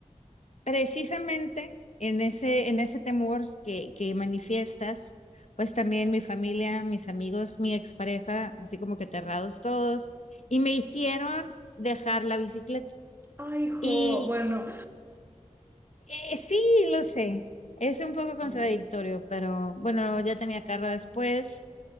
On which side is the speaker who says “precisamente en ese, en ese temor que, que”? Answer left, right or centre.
Left